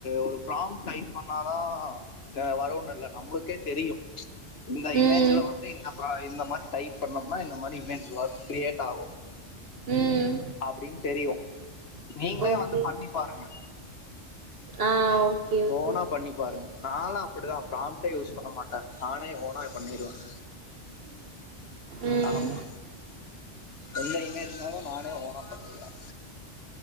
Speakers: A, on the left; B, on the right.
A: ஒரு பிராம் டைப் பண்ணாதான் வரன்னு இல்லை நம்மளுக்கே தெரியும் இந்த இமேஜல
B: ம்
A: வந்து இந்த இந்த மாதிரி டைப் பண்ணம்னா இந்த மாதிரி இமேஜ் ஒர்க் கிரியேட் ஆகும்
B: ம்
A: அப்படின்னு தெரியும் நீங்களே
B: ஓகே
A: வந்து பண்ணி பாருங்க
B: ஆ ஓகே
A: போன
B: ஓகே
A: பண்ணி பாருங்க நானும் அப்படிதான் யூஸ் பண்ண மாட்டேன் நானே ஓனா பண்ணிருவேன்
B: ம்
A: ஆமா எந்த இமேஜாலும் நானே ஓனா பண்ணிருவேன்